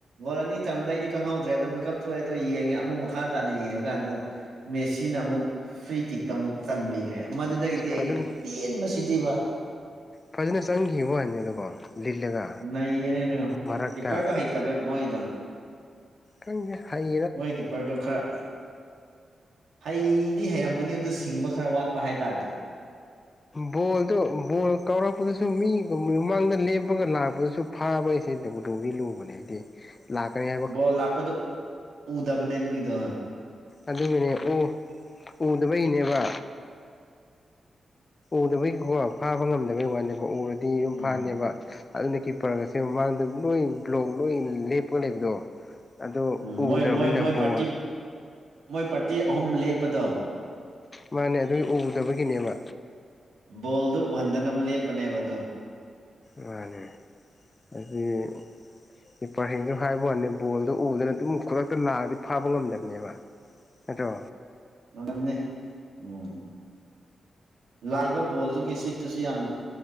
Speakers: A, on the right (about 80°); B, on the left (about 35°).
A: ꯒꯣꯜ ꯑꯅꯤ ꯆꯝꯕꯗ ꯑꯩꯗꯤ ꯀꯪꯍꯧꯗ꯭ꯔꯦ ꯑꯗꯣ ꯃꯦꯀꯞ ꯊꯣꯛꯑꯦ ꯑꯗꯣ ꯌꯦꯡꯉꯦ ꯑꯃꯨꯛ ꯃꯈꯥ ꯇꯥꯅ ꯌꯦꯡꯉꯀꯥꯟꯗ ꯃꯦꯁꯤꯅ ꯑꯃꯨꯛ ꯐ꯭ꯔꯤ ꯀꯤꯛꯇ ꯑꯃꯨꯛ ꯆꯟꯕꯤꯈ꯭ꯔꯦ ꯃꯗꯨꯗꯒꯤꯗꯤ
B: ꯐꯖꯅ
A: ꯑꯩꯅ ꯄꯦꯟꯕꯁꯤꯗꯤꯕ
B: ꯐꯖꯅ ꯆꯪꯈꯤꯕ ꯋꯥ ꯍꯥꯏꯅꯤꯗꯀꯣ ꯂꯤꯜꯂꯒ
A: ꯅꯩꯌꯦꯅꯦꯩꯅ
B: ꯃꯔꯛꯇ
A: ꯄꯤꯄꯔꯗꯣ ꯍꯩꯇꯕ ꯃꯣꯏꯗꯣ
B: ꯪ ꯍꯥꯏ
A: ꯃꯣꯏ ꯀꯤꯄꯔꯗꯨꯣ ꯈꯔ ꯍꯩꯗꯤ ꯍꯩꯔꯝꯒꯅꯤ ꯑꯗꯨ ꯁꯤꯡꯕ ꯈꯔ ꯋꯥꯠꯄ ꯍꯥꯏꯇꯥꯔꯦ
B: ꯕꯣꯜꯗꯨ ꯕꯣꯜ ꯀꯥꯎꯔꯛꯄꯗꯁꯨ ꯃꯤꯒꯨꯝ ꯃꯃꯥꯡꯗ ꯂꯦꯞꯄꯒ ꯂꯥꯛꯄꯗꯁꯨ ꯐꯥꯕ ꯍꯥꯏꯁꯤꯗꯕꯨꯗꯣꯒꯤ ꯂꯨꯕꯅꯦ ꯑꯩꯗꯤ ꯂꯥꯛꯀꯅꯤ
A: ꯕꯣꯜ ꯂꯥꯛꯄꯥꯗꯣ ꯎꯗꯕꯅꯦ ꯊꯨꯏꯗꯧ
B: ꯑꯗꯨꯒꯤꯅꯦ ꯎ ꯎꯗꯕꯩꯅꯦꯕ ꯎꯗꯕꯩꯒꯤꯀꯣ ꯐꯥꯕ ꯉꯝꯗꯕꯩ ꯋꯥꯅꯦꯕ ꯎꯔꯗꯤ ꯗꯤ ꯑꯗꯨꯝ
A: ꯎꯝ
B: ꯐꯥꯅꯦꯕ ꯑꯗꯨꯅ ꯀꯤꯄꯔꯒꯁꯦ ꯃꯃꯥꯡꯗ ꯂꯣꯏ ꯕ꯭ꯂꯣꯛ ꯂꯣꯏ ꯂꯦꯞꯄꯒ ꯂꯩꯕꯗꯣ ꯑꯗꯨ
A: ꯎꯝ
B: ꯎꯗ꯭ꯔꯕꯅꯤꯅ
A: ꯃꯣꯏ ꯃꯣꯏ ꯃꯣꯏ
B: ꯕꯣꯜ
A: ꯄꯥꯔꯇꯤ ꯃꯣꯏ ꯄꯥꯔꯇꯤ ꯑꯍꯨꯝ ꯂꯦꯞꯄꯗꯣ
B: ꯃꯥꯅꯦ ꯑꯗꯨꯒꯤ ꯎꯗꯕꯒꯤꯅꯦꯕ
A: ꯕꯣꯜꯗꯨ ꯎꯍꯟꯗꯅꯕ ꯂꯦꯞꯄꯅꯦꯕ ꯑꯗꯣ
B: ꯃꯥꯅꯦ ꯑꯗꯨꯗꯤ ꯀꯤꯄꯔꯂꯩ ꯍꯥꯏꯕ ꯋꯥꯅꯦ ꯕꯣꯜꯗꯣ ꯎꯗꯅ ꯑꯗꯨꯝ ꯈꯨꯗꯛꯇ ꯂꯥꯛꯑꯗꯤ ꯐꯥꯕ ꯉꯝꯗꯕꯅꯦꯕ ꯍꯗꯣ
A: ꯃꯅꯦ ꯎꯝ ꯂꯥꯛꯏꯕ ꯕꯣꯜꯗꯨꯒꯤ ꯏꯁꯄꯤꯠ ꯇꯨꯁꯨ ꯌꯥꯝ